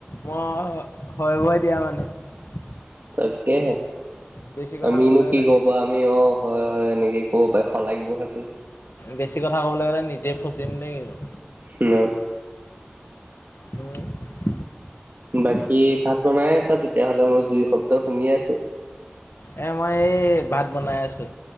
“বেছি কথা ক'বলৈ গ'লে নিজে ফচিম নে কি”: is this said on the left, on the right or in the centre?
Left